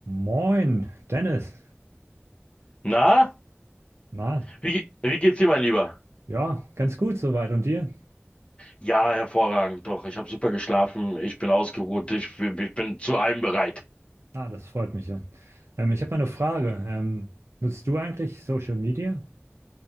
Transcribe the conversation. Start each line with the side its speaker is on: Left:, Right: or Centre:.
Right: Moin, Dennis.
Left: Na,
Right: Na,
Left: wie, wie geht's dir, mein Lieber?
Right: ja, ganz gut soweit. Und dir?
Left: Ja, hervorragend. Doch, ich habe super geschlafen. Ich bin ausgeruht. Ich, bin- ich bin zu allem bereit.
Right: Ah, das freut mich ja. Ähm, ich habe mal eine Frage. Ähm, nutzt du eigentlich Social Media?